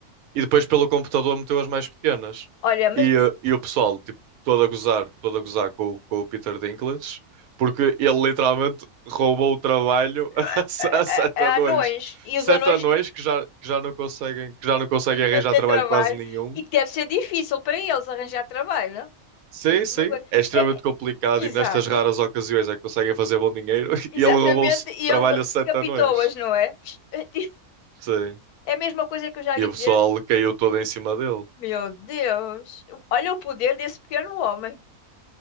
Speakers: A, on the right; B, on the left.
A: e depois pelo computador meteu as mais pequenas.
B: Olha, mas
A: E, eh, e o pessoal, tipo, todo a gozar, todo a gozar com, o- com o Peter Dinklage, porque ele literalmente roubou o trabalho <laughs>
B: ah,
A: a, se-
B: ah,
A: a sete
B: ah, ah,
A: anões.
B: anões. E
A: Sete
B: os anões.
A: anões que já, que já não conseguem, que já não conseguem arranjar
B: Não ter
A: trabalho
B: trabalho.
A: quase nenhum.
B: E que deve ser difícil para eles arranjar trabalho, não?
A: Sim,
B: Digo-te
A: sim,
B: uma coisa.
A: é extremamente
B: É, é-
A: complicado
B: exato.
A: e nestas raras ocasiões é que conseguem fazer bom dinheiro. <laughs>
B: Exatamente.
A: E ele roubou o se-
B: E
A: trabalho
B: ele
A: a sete
B: decapitou-as,
A: anões.
B: não é? <laughs>
A: Sim.
B: É a mesma coisa que eu já ouvi
A: E o
B: dizer.
A: pessoal caiu todo em cima dele,
B: Meu Deus. Olha o poder desse pequeno homem.